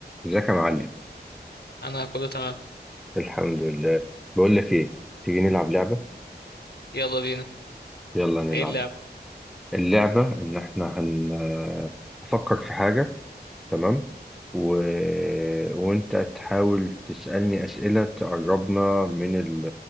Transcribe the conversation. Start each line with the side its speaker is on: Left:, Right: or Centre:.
Centre: ازيك يا معلم
Left: انا كله تمام
Centre: الحمد لله بقول لك ايه تيجي نلعب لعبة
Left: يلا بينا
Centre: يلا نلعب
Left: ايه اللعب
Centre: اللعبة ان احنا هن هفكر في حاجة تمام و... وانت تحاول تسألني أسئلة تقربنا من ال-